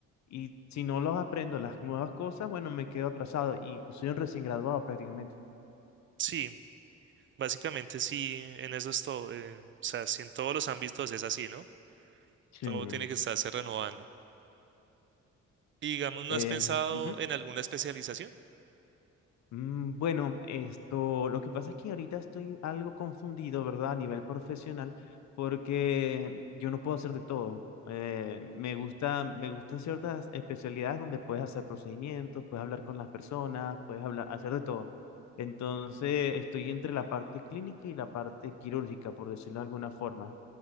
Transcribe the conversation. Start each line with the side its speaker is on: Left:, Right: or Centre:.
Left: y si no los aprendo, las nuevas cosas, bueno, me quedo atrasado y, y soy un recién graduado prácticamente.
Right: sí, básicamente sí, en eso es todo. eh, o sea, si en todos los ámbitos es así, ¿no?
Left: Sí.
Right: Todo tiene que estarse renovando. Y digamos, ¿no
Left: Eh,
Right: has pensado
Left: ujú.
Right: en alguna especialización?
Left: Mm, Bueno, esto, lo que pasa es que ahorita estoy algo confundido, ¿verdad? A nivel profesional, porque yo no puedo hacer de todo. Eh, me gusta, me gustan ciertas especialidades donde puedes hacer procedimientos, puedes hablar con las personas, puedes hablar, hacer de todo. Entonces, estoy entre la parte clínica y la parte quirúrgica, por decirlo de alguna forma,